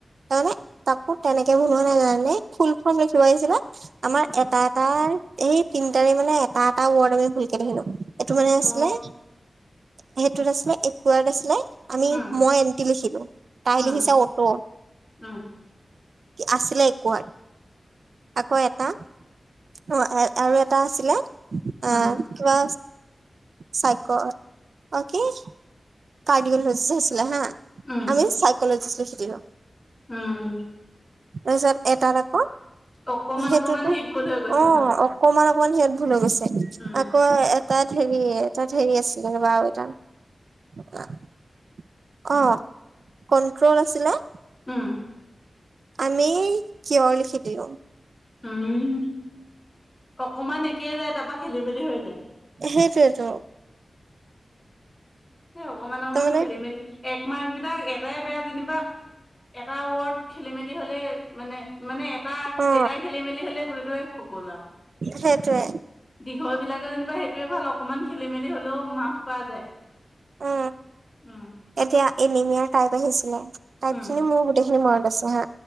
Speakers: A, on the right; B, on the left.
A: তাৰমানে তাকো তেনেকে ভূল হোৱা নাই জানানে ফুল ফ্ৰম লিখিব আহিছিলে আমাৰ
B: উম
A: এটা এ টাৰ সেই তিনটাৰে মানে এটা এটা ৱৰ্ড আমি ভুলকে লিখিলো এইটো মানে আছিলে
B: অ
A: সেইটোত আছিলে একোৱাত আছিলে আমি
B: উম
A: মই এনটি লিখিলো তাই
B: উম
A: লিখিছে অটো
B: উম উম
A: আছিলে একোৱাত আকৌ এটা অ আৰু এটা আছিলে অ
B: উম
A: কিবা চাইক অও কি কাৰ্ডিওলজিষ্ট আছিলে হা
B: উম
A: আমি চাইকলজিষ্ট লিখি দিলোঁ
B: উম
A: তাৰপিছত এটাত আকৌ
B: অকমান
A: সেইটোতো,
B: অকমান হেৰিত ভুল হৈ গৈছে
A: অঁ
B: মানে
A: অকমান, অকমান, হিঅত ভূল হৈ গৈছে।
B: উম
A: আকৌ তাত হেৰি তাত হেৰি আছিলে ৰবা আৰু এটাত অ কন্ট্ৰল আছিলে।
B: উম।
A: আমি কিয় লিখি দিলো।
B: উম অকমান একেই যায়, তাৰপা খেলি মেলি হৈ যায়।
A: সেইটোৱে ত'।
B: সে অকমান অকমান
A: তাৰমানে
B: খেলি মেলি। একমা এবিলাক এটাই বেয়া যেনিবা, এটা ৱৰ্ত খেলি মেলি হ'লেই মানে মানে এটা
A: অ
B: লেটাৰ খেলি মেলি হলে গোটেই টোৱে গ'ল আৰু।
A: সেইটোৱে।
B: দীঘল বিলাকে যেনিবা সেইটোৱে ভাল অকমান খেলি মেলি হলেও মাফ কৰা যায়।
A: অ
B: উম।
A: এতিয়া এনিমিয়া টাইপ আহিছিলে, টাইপ
B: উম
A: খিনি মোৰ গোটেইখিনি মনত আছে হা।